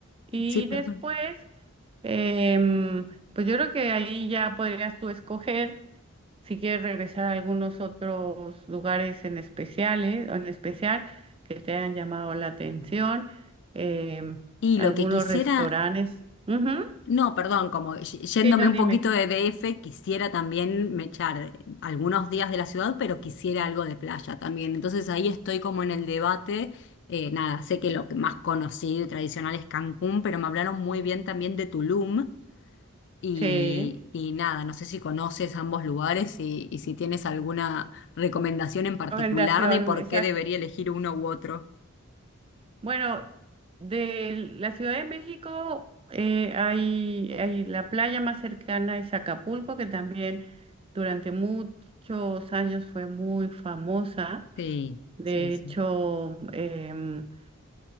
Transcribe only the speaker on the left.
sí, perdón.
Y
lo que quisiera
No, perdón, como y- yéndome
un
poquito de DF, quisiera también me echar algunos días de la ciudad, pero quisiera algo de playa también. Entonces ahí estoy como en el debate. Eh, nada, sé que lo que más conocido y tradicional es Cancún, pero me hablaron muy bien también de Tulum. Y,
y nada, no sé si conoces ambos lugares y, y si tienes alguna recomendación en particular
de por
qué debería elegir uno u otro.
Sí,
sí, sí.